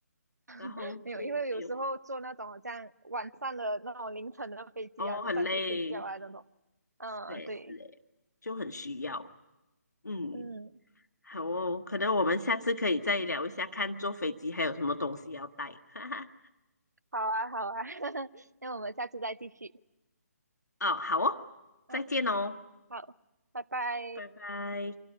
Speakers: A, on the left; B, on the right.
A: 然后就没有了。
B: <laughs> 没有，因为有时候坐那种好像晚上的那种凌晨的飞机啊，
A: 哦，
B: 就上去睡觉啊那种，
A: 很累，
B: 嗯，
A: 是嘞，
B: 对。
A: 是嘞，就很需要。嗯，
B: 嗯，
A: 好哦，可能我们下次可以再聊一下，看坐飞机还有什么东西要带。<laughs> 哈哈，
B: 好啊，好啊，<laughs> 那我们下次再继续。
A: 哦，好哦，
B: 嗯，
A: 再见哦，
B: 好，拜拜。
A: 拜拜。